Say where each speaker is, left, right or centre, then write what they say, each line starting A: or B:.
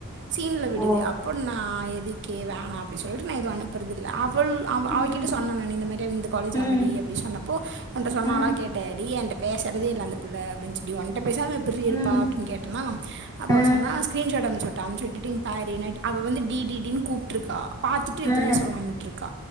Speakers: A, on the right; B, on the left.
A: சீனில் விடுது
B: ஓ
A: அப்போ நா எதுக்கு வேணா அப்டி சொல்ட்டு நா எது அனுப்புறதில்ல அப் புல் அவ
B: ம்
A: அவகிட்ட சொன்ன நானு இந்த மாரி அவ இந்த காலேஜ்
B: ம்
A: அமடி அப்டி சொன்னப்போ ஒன்ட்ட சொன்னாலா
B: ம்
A: கேட்ட டி என்ட பேசறதே இல்ல அந்த புள்ள அப்டின்ச்சு டி ஒன்ட்ட பேசாம எப்புட்ரி இருப்பா
B: ம்
A: அப்டின் கேட்டனா அப்போ
B: ஆ
A: அவ சொன்னா ஸ்க்ரீன்ஷாட் அம்ச்சுட் டா அம்ச்சுட்டுட்டு இங்க பாரு நா அவ வந்து டி டி டின் கூப்ட்ருக்கா பாத்துட்டு
B: ஆ
A: துமே சொல்லாம் விட்டுருக்கா